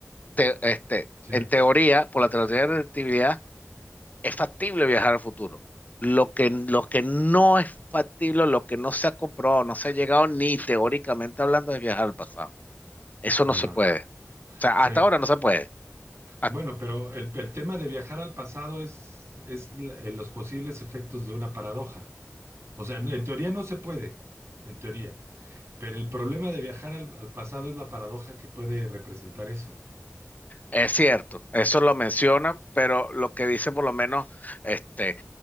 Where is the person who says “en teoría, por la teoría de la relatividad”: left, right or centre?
Left